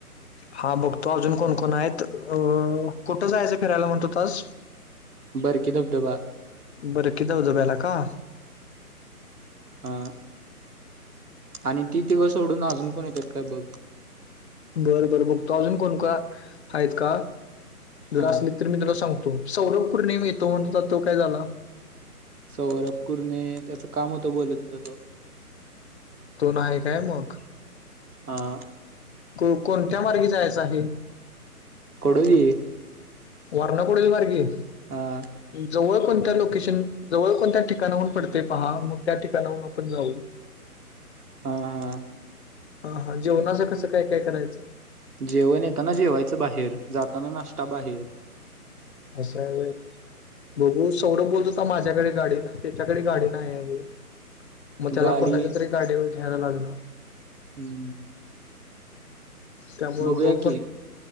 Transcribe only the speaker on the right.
बरकी धबधबा!
अ आणि ती तिघं सोडून अजून कोण येतात काय बघ.
अ
सौवरभ कूरणे त्याचं काम होतं बोलत होता तो.
आ!
कोडोली!
हा!
हा हा
जेवण येताना जेवायचं बाहेर जाताना नाष्टा बाहेर.
गाडी
हम्म!
बघूया
की